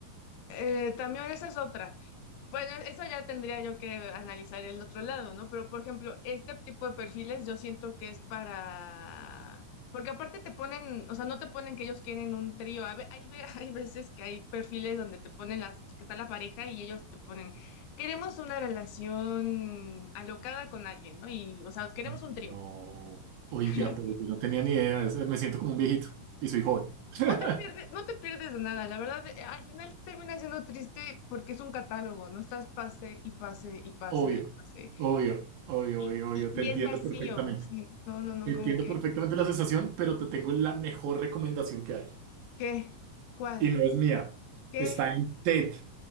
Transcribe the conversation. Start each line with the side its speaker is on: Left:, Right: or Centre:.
Left: Eh, también esa es otra. Bueno, eso ya tendría yo que analizar el otro lado, ¿no? Pero, por ejemplo, este tipo de perfiles yo siento que es para... Porque aparte te ponen, o sea, no te ponen que ellos quieren un trío. A ve- Hay, ve- <laughs> hay veces que hay perfiles donde te ponen las, que está la pareja y ellos te ponen, queremos una relación alocada con alguien, ¿no? Y, o sea, queremos
Right: No,
Left: un trío.
Right: oiga,
Left: <laughs>
Right: pero yo no tenía ni idea, es- me siento como un viejito y soy joven. <laughs>
Left: No te pierdes, no te pierdes de nada, la verdad, eh, al final termina siendo triste porque es un catálogo, no estás pase y pase y pase
Right: Obvio,
Left: y pase.
Right: obvio, obvio,
Left: Y,
Right: obvio, obvio,
Left: y- y
Right: te entiendo
Left: es vacío,
Right: perfectamente.
Left: sí. No, no, no,
Right: Entiendo
Left: como que,
Right: perfectamente la sensación, pero te tengo la mejor recomendación que hay.
Left: ¿qué? ¿Cuál?
Right: Y no es mía,
Left: ¿Qué?
Right: está en TED.